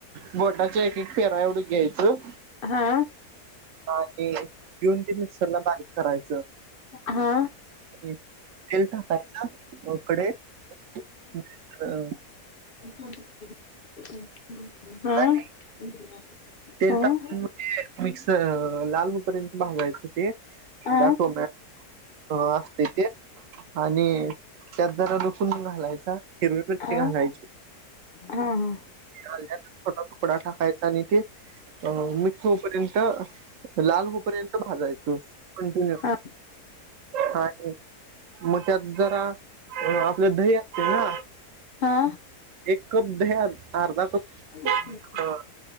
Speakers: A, on the right; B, on the left.
A: बोटाच्या एक एक फेरा एवढं घ्यायचं.
B: हा.
A: आणि घेऊनऊन ते मिक्सरला बारीक करायचं.
B: हा हा
A: तेल टाकायच कढईत अअ
B: हअ हअ.
A: आणि तेल टाकून मिक्स अ लाल होई पर्यंत भाजायचं ते
B: आ आ
A: दाखव म हो असतय ते आणि त्यात जरा लुसून घालायचा हिरवी मिरची
B: आ
A: घालायची.
B: हा हा.
A: आल्याचा छोटा तुकडा टाकायचा आणि ते अ मिक्स होई पर्यंत लाल होई पर्यंत भाजायच कंटिन्यू
B: हा
A: ह मग त्यात जरा आपलं दही असते ना
B: हा.
A: एक कप दह्यात अर्धा कप
B: ह <unintelligible>
A: हो